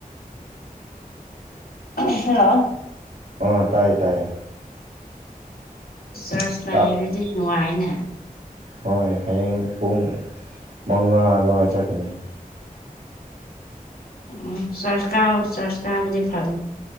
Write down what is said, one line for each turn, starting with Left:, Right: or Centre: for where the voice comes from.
Left: ꯍꯤꯂꯣ
Right: ꯑꯥ ꯇꯥꯏꯌꯦ ꯇꯥꯏꯌꯦ
Left: ꯆꯥꯔꯖ
Right: ꯇꯥ
Left: ꯂꯩꯔꯗꯤ ꯅꯨꯡꯉꯥꯏꯅꯦ
Right: ꯍꯣꯏ ꯍꯌꯦꯡ ꯄꯨꯡ ꯃꯉꯥ ꯑꯗꯨꯋꯥꯏ ꯆꯠꯀꯅꯤ
Left: ꯎꯝ ꯆꯥꯔꯖ ꯀꯥꯎ ꯆꯥꯔꯖ ꯀꯕꯖꯦ ꯐꯕꯅꯦ